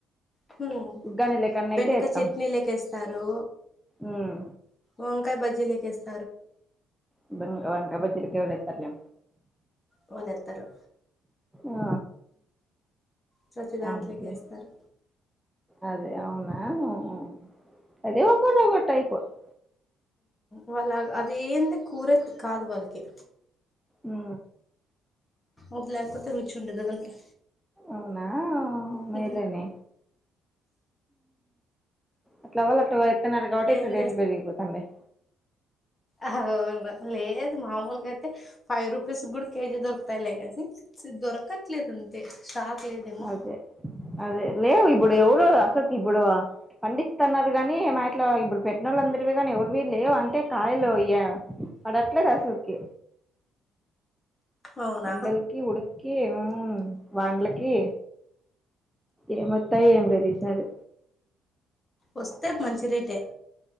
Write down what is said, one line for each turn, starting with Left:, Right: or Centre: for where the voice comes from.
Left: హ్మ్
Centre: ఉగ్గాని లేకన్నా
Left: బెండకాయ
Centre: అయితే వేస్తాం
Left: చట్నీలకేస్తారు
Centre: మ్మ్.
Left: వంకాయ బజీలేకెస్త
Centre: అందరు వంకాయ బాజిల్ కేవరేతర్లే
Left: వాళ్ళేతారు
Centre: ఆ
Left: తెచ్చి దాంట్లోకిస్తారు
Centre: అవునులే అదే అవునా ఓహో అదే ఒక్కోటి ఒక్కో టైప్ అవుతుంది
Left: వాళ్ళ అదేంది కూర కాదు వాళ్ళకి
Centre: ఆ
Left: అది లేకపోతే రుచి ఉంటుదు వాళ్లకి
Centre: అవునా
Left: ఉ
Centre: మేలేనే అట్లా వాళ్ళ అట్లా ఎస్తున్నారు కాబట్టి ఇట్లా
Left: ఏం
Centre: రేట్లు పెరిగిపోతున్నాయి
Left: అవునూ లేదు మామూలుగా అయితే ఫైవ్ రూపీస్ కూడా కేజీ దొరకుతాయి లే దొరకట్లేద అంతే స్టాక్ లేదు కదా
Centre: అదే అదే లెవ్ ఇప్పుడు ఎవరు ఆసక్ ఇప్పుడు పండిస్తుతున్నారు కాని మా ఇట్లా ఇప్పుడు పెట్టిన వాళ్ళుందరివి కానీ ఎవరువి లేవు అంటే కాయలు ఇయ అడాట్లే రాశకి
Left: అవునా
Centre: ఎండలికి ఉడుకి ఉ వానలకి ఏం మత్తాయి ఏం లేదు ఈసారి
Left: వస్తే మంచి రేట్